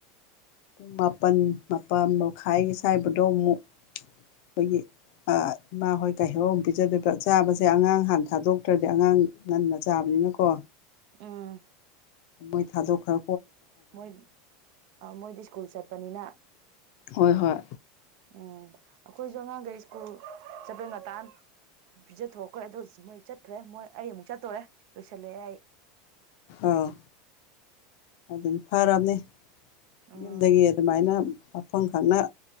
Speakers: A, on the left (about 60°); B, on the right (about 55°).
A: ꯄꯨꯡ ꯃꯥꯄꯜ ꯃꯥꯄꯜ ꯃꯈꯥꯏꯒꯤ ꯁꯨꯋꯥꯏꯗ ꯃꯨꯛ ꯑꯩꯈꯣꯏꯒꯤ ꯏꯃꯥ ꯍꯣꯏ ꯀꯩꯍꯧꯏ ꯑꯃꯨꯛ ꯄꯤꯖꯥꯗꯣꯏꯕ ꯆꯥꯕꯁꯦ ꯑꯉꯥꯡ ꯍꯥꯟꯅ ꯊꯥꯗꯣꯛꯇ꯭ꯔꯗꯤ ꯑꯉꯥꯡ ꯉꯟꯅꯥ ꯆꯥꯕ ꯂꯩꯗꯅꯀꯣ
B: ꯑꯥ
A: ꯃꯣꯏ ꯊꯥꯗꯣꯛꯈ꯭ꯔꯥ
B: ꯃꯣꯏ ꯃꯣꯏꯗꯤ ꯁ꯭ꯀꯨꯜ ꯆꯠꯄꯥꯅꯤꯅ
A: ꯍꯣꯏ ꯍꯣꯏ
B: ꯑꯥ ꯑꯈꯣꯏꯁꯨ ꯑꯉꯥꯡꯒꯩ ꯁ꯭ꯀꯨꯜ ꯆꯠꯄꯩ ꯉꯟꯇꯥꯅ ꯄꯤꯖꯥꯊꯣꯛꯈ꯭ꯔꯦ ꯑꯗꯨꯁꯨ ꯃꯣꯏ ꯆꯠꯈ꯭ꯔꯦ ꯃꯣꯏ ꯑꯩ ꯑꯃꯨꯛ ꯆꯠꯇꯣꯔꯦ ꯂꯣꯏꯁꯤꯜꯂꯤ ꯑꯩ
A: ꯑꯧ ꯑꯗꯨꯅꯤ ꯐꯔꯝꯅꯤ
B: ꯎꯝ
A: ꯌꯨꯝꯗꯒꯤ ꯑꯗꯨꯃꯥꯏꯟꯅ ꯃꯐꯝ ꯈꯪꯅ